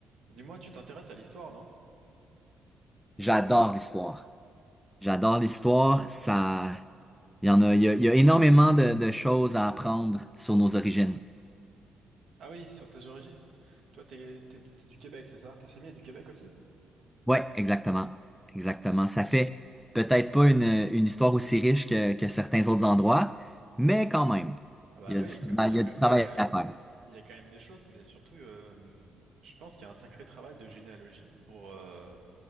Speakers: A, on the right; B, in the centre.
A: Dis-moi, tu t'intéresses à l'histoire, non?
B: J'adore l'histoire. J'adore l'histoire. Ça, il y en a, il y a, il y a énormément de, de choses à apprendre sur nos origines.
A: Ah oui, sur tes origines. Toi, t'es, t'es, t'es du Québec, c'est ça? Ta famille est du Québec aussi?
B: Ouais, exactement. Exactement. Ça fait peut-être pas une, une histoire aussi riche que, que certains autres endroits, mais quand même,
A: Ah bah
B: il y a
A: oui,
B: du, travail-
A: il y a,
B: il y
A: quand-
B: a du travail
A: il y a quand
B: à faire.
A: il y a quand même des choses, mais surtout, euh, je pense qu'il y a un sacré travail de généalogie pour, euh,